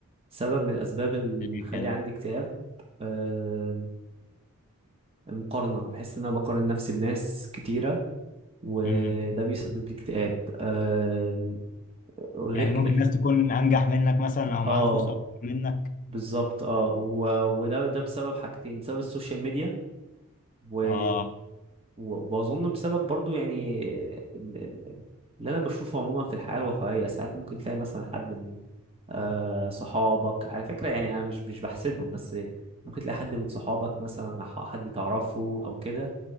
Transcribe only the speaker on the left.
اللي
كده
مم.
يعني
ممكن الناس تكون أنجح منك مثلا أو معاها
فلوس أكتر منك
آه